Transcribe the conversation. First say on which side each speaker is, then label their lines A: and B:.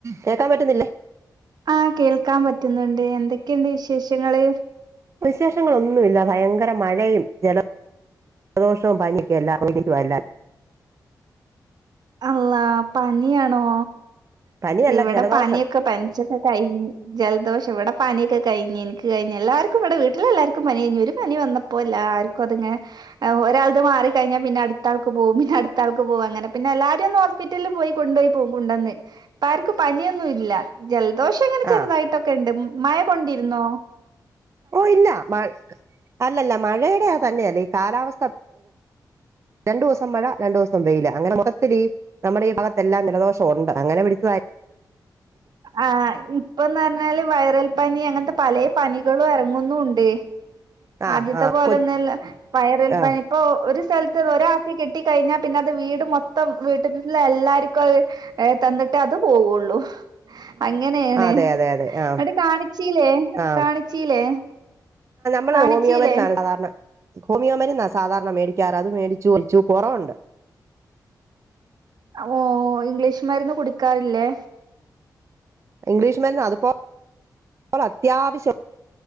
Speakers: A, on the right (about 40°); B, on the right (about 70°).
A: കേക്കാൻ പറ്റുന്നില്ലേ
B: ആഹ കേൾക്കാൻ പറ്റുന്നുണ്ട് എന്തൊക്കെയുണ്ട് വിശേഷങ്ങള്
A: വിശേഷങ്ങളൊന്നുല്ല ഭയങ്കര മഴയും ജല ദോഷവും പനി ഒക്കെ എല്ലാർക്കും <unintelligible>
B: അല്ലാഹ് പനിയാണോ
A: പനിയല്ല
B: ഇവിടെ
A: ജലദോഷം
B: പനിയൊക്കെ പനിച്ചൊക്കെ കഴിഞ് ജലദോഷം ഇവിടെ പന്യോക്കെ കയിഞ് ന്ക് കഴിഞ് എല്ലാർക്കും വടെ വീട്ടിലെല്ലാർക്കും പനി കഴിഞ്ഞു ഒരു പനി വന്നപ്പോ എല്ലാർക്കുങ്ങനെ ഒരാൾ ക് മാറി കഴിഞ്ഞാ പിന്നെടുത്ത ആൾക്ക് പോവും പിന്നട്ത്താൾക്ക് പോവും അങ്ങനെ പിന്നെ എല്ലാർ <unintelligible> ഹോസ്പിറ്റല്ൽ പോയി കൊണ്ടോയി പ്പൊ കൊണ്ടന്ന് പ്പാർക്കും പനിയൊന്നു ല്ല ജൽ ദോഷംങ്ങനെ ചെറുതായിട്ടൊക്കെ
A: ആ
B: ണ്ട് മഴ കൊണ്ടിര്ന്നോ
A: ഓ ഇല്ല മ അല്ലല്ല മഴേടെ തന്നെയല്ല ഈ കാലാവസ്ഥ രണ്ടുസം മഴ രണ്ടുസം വെയില് അങ്ങനെ മൊത്തത്തിലീ നമ്മുടെ ഈ ഭാഗത്തെല്ലാം ജലദോഷം ഉണ്ട് അങ്ങനെ പിടിച്ചതായിരിക്കും
B: ആ ഇപ്പംന്നർഞ്ഞാല് വൈറൽ പനി അങ്ങൻത്തെ പലേ പനികളും എറങ്ങുന്നുണ്ട്
A: ആ
B: ആദ്യത്തെ
A: ആ
B: പോലെ
A: കൊ
B: ഒന്നുംല്ല വയറൽപനി
A: ആ
B: ഇപ്പൊ ഒരു സ്ഥൽത്ത് ഒരാക്ക് കിട്ടി കഴിഞ്ഞാ പിന്നെ അത് വീട് മൊത്തം വീട്ടിലുള്ള എല്ലാർക്കും അ തന്ന്ട്ടേ അത് പോവുള്ളൂ. അങ്ങനേണ്
A: അതെ അതെ അതെ ആ
B: ങ്ങട്ട് കാണിച്ചീലേ
A: ആ
B: കാണിച്ചീലേ
A: മ്മൾ
B: കാണിച്ചീലേ
A: ഹോമിയോ മര്ന്നാണ് സാധാരണ ഹോമിയോ മരുന്നാ സാധാരണ മേടിക്കാറ് അത് മേടിച്ചു കുടിച്ചു കൊറവുണ്ട്
B: ഓ ഇംഗ്ലീഷ്മര്ന്ന് കുടിക്കാറില്ലേ
A: ഇംഗ്ലീഷ് മരുന്ന് അത്പ്പോ ള ത്യാവശ്യം